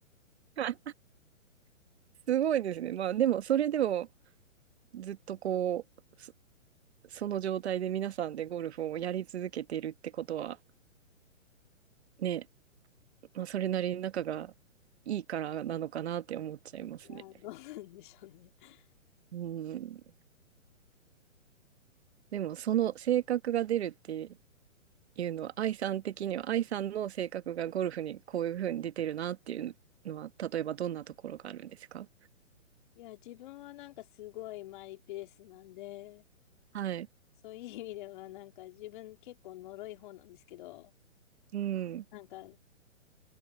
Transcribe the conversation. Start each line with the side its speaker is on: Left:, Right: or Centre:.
Right: <laughs> すごいですね。まあ、でも、それでも、ずっとこう、そ、その状態で皆さんでゴルフをやり続けているってことは、ね、まあ、それなりに仲がいいからなのかなって思っちゃいますね。
Left: <laughs> いやー、どうなんでしょうね。<laughs>
Right: うん。でも、その性格が出るっていうのは、愛さん的には、愛さんの性格がゴルフにこういうふうに出てるなっていうのは、例えばどんなところがあるんですか
Left: いや、自分はなんかすごいマイペースなんで、
Right: はい。
Left: そういう意味ではなんか自分結構呪い方なんですけど、
Right: うん。
Left: なんか